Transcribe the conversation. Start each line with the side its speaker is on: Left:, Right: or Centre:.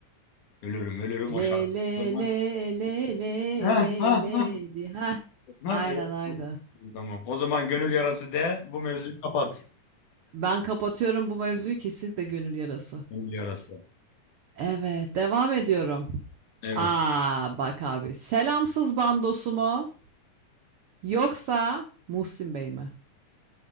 Left: Ölürüm ölürüm o
Right: Le
Left: şarkı.
Right: le
Left: O zaman...
Right: le le le
Left: Ha,
Right: le
Left: ha,
Right: le
Left: ha.
Right: di. Heh,
Left: Ha,
Right: aynen
Left: evet.
Right: aynen.
Left: Tamam. Tamam. O zaman gönül yarası de bu mevzuyu kapat.
Right: Ben kapatıyorum bu mevzuyu ki siz de gönül yarası.
Left: Gönül yarası.
Right: Evet, devam ediyorum.
Left: Evet.
Right: Aa, bak abi. Selamsız bandosu mu? Yoksa Muhsin Bey mi?